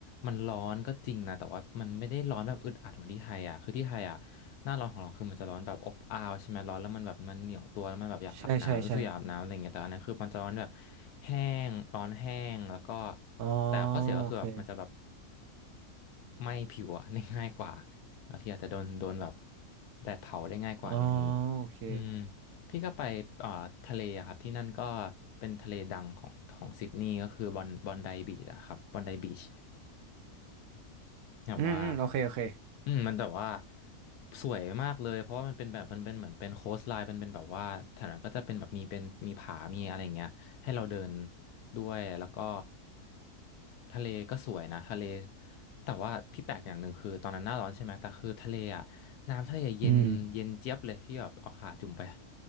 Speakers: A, on the left; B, on the right.
A: มันร้อนก็จริงนะแต่ว่ามันไม่ได้ร้อนแบบอึดอัดเหมือนที่ไทยอ่ะคือที่ไทยอ่ะ หน้าร้อนของเราคือมันจะร้อนแบบอบอ้าวใช่ไหมร้อนแล้วมันแบบมันเหนียวตัวแล้วมันแบบอยากอาบน้ำรู้สึกอยากอาบน้ำอะไรอย่างเงี้ยแต่อันนั้นคือมันจะร้อนแบบ
B: ใช่ใช่ใช่
A: แห้งร้อนแห้งแล้วก็
B: อ๋อ
A: แต่ข้อเสียก็คือแบบมันจะแบบ
B: โอเค
A: ไหม้ผิวอะ <laughs> ได้ง่ายกว่าบางทีอาจจะโดนโดนแบบแดดเผาได้ง่ายกว่าอะไรอย่างงี้
B: อ๋อโอเค
A: อืมพี่ก็ไปเอ่อทะเลอะครับที่นั่นก็เป็นทะเลดังของของซิดนีย์ก็คือบอนบอนไดบีชอะครับบอนไดบีช แบบว่า
B: อืมอืมโอเคโอเค
A: อืมมันแบบว่าสวยมากเลยเพราะว่ามันเป็นแบบมันเป็นเหมือนเป็นโคสไลน์มันเป็นแบบว่าแถวนั้นก็จะเป็นแบบมีเป็นมีผามีอะไรอย่างเงี้ยให้เราเดินด้วยแล้วก็ทะเลก็สวยนะทะเลแต่ว่าพี่แปลกอย่างหนึ่งคือตอนนั้นหน้าร้อนใช่ไหมแต่คือทะเลอ่ะน้ำทะเลเย็นเย็นเจี๊ยบเลยพี่แบบเอาขาจุ่มไป
B: อืม